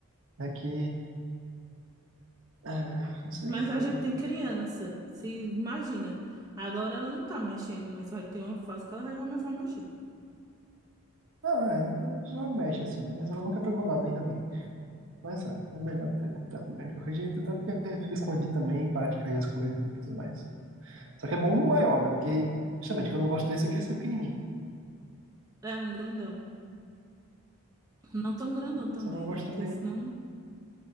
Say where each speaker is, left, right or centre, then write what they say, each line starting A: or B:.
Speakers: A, on the right (about 60°); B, on the right (about 15°).
A: É que. ah, não sei.
B: Mas
A: Eu
B: a gente tem criança. Se imagina. Agora ela não tá mexendo, mas vai ter uma fase que ela vai começar a mexer.
A: Não, é, já mexe assim, né? Mas ela nunca pegou nada, ainda bem. Mas é, é melhor ter tentado mesmo de qualquer jeito, até porque fica escondido também, para de cair as coisas e tudo mais. Só que é bom um maior, né? Porque, justamente, o que eu não gosto desse aqui é ser pequenininho.
B: É um grandão. Não tão grandão também,
A: Só não gosto
B: né? Porque
A: também.
B: senão.